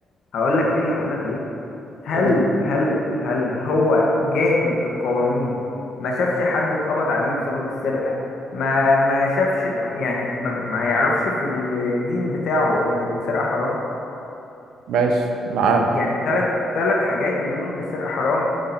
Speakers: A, on the left; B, on the right.
A: هقول لك ليه هقول لك ليه هل
B: هو-
A: هل هل هو جاهل بالقوانين ما شافش حد اتقبض عليه بسبب السرقة ما ما شافش ما- يعني ما, ما يعرفش في الدين بتاعه ان السرقة حرام
B: ماشي معاك
A: يعني ثلاث ثلاث حاجات بيقولوا ان السرقة حرام